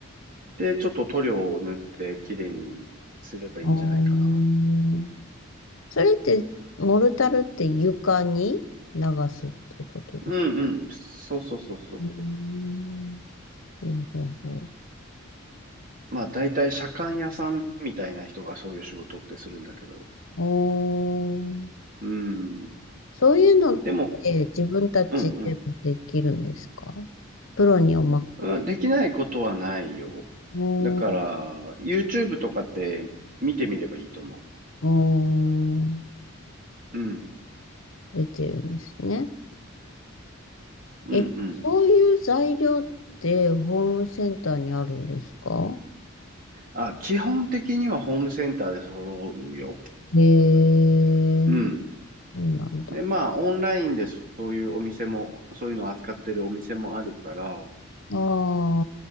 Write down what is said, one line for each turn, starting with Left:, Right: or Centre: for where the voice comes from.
Right: で、ちょっと塗料を塗ってきれいにすればいいんじゃないかな。
Left: あーそれって、モルタルって床に流すってことです。
Right: うんうん、そうそうそうそう
Left: うーん。ほうほうほ
Right: まあ大体車官屋さんみたいな人がそういう仕事ってするんだけど。
Left: う。おー。
Right: うん。
Left: そういうのって自分たちでもできるんですか
Right: でも、うん
Left: プロにおま、
Right: うん。うん、できないことはないよ。
Left: おー、
Right: だから、YouTube とかで見てみればいいと思
Left: おー、
Right: う。うん。
Left: 出てるんですね。
Right: うんうん。
Left: え、そういう材料ってホームセンターにあるんですか
Right: あ、基本的にはホームセンターで揃うよ。
Left: へえー、
Right: うん。
Left: そうなんだ。
Right: で、まあ、オンラインでそういうお店も、そういうのを扱ってるお店もあるから、
Left: あ